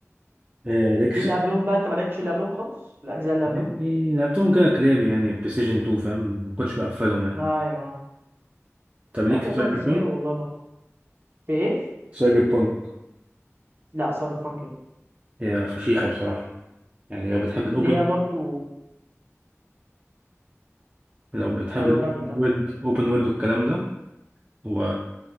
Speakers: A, on the right; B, on the right.
A: آه، ليك في-
B: في اللي قبلهم بقى انت ما لعبتش اللي قبلهم خالص الاجزاء اللي
A: يعني
B: قبلهم
A: لعبتهم كده كلابي يعني بلاي ستيشن 2 فاهم ما كنتش بقفلهم يعني
B: ايوه
A: طب ليك
B: طب
A: في
B: والله
A: سايبر
B: بس حلو والله برضه في ايه
A: سايبر بانك
B: لا سايبر بانك لا
A: هي فشيخة بصراحة يعني لو بتحب الأوبن
B: اللي هي برضه
A: لو بتحب
B: ايوه
A: الأوبن
B: كمل كمل
A: وورد أوبن وورد والكلام ده و